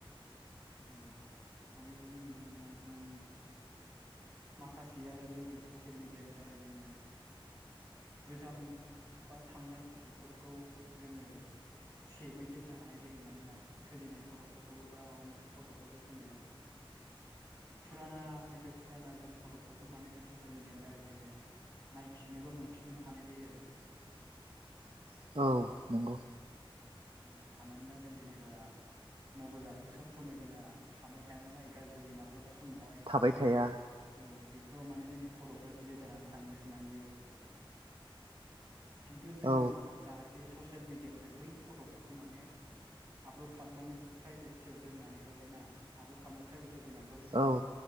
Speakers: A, on the right; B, on the right.
A: ओ माने जोङो उम माखासे आरो जोङो ससियेल मिडियानि दारै जोङो गोजाम बा थांनाय फटक फोरखौ जोङो सेबै दोननो हानाय जायो मानोना सोलिनाय फट'फोरखौबो बा माबा मोनसे फट'फोरखौ जोङो फुरानानिफ्राय फुराना जों फट'फोरखौ माने जों ससियेल मिडियानि दारै जोङो नायफिननोबा मोनफिननोबो हानाय जायो आरो।
B: <inaudible> औ नंगौ।
A: औ सानानोना जों जेनेबा मबाइलाथ' सब समाय जोना थाबाय थाया नालाय गाज्रि जायो माब्लाबा समावहाय
B: थाबाय थाया
A: औ। बेफोराव माने जोंनि फट'फ्रा दिलेट जानानै थाङो मायो। खिन्थु जोङो
B: औ
A: जाहाथ थे ससियेल मिडियाआव जों बै फट'फोरखौ माने आपलड खालामनानैबो प्राइभेसियाव दोननानैबाबो ना आपलड खालामनानै प्राइभेसआव दोननानैबाबो जोङो
B: औ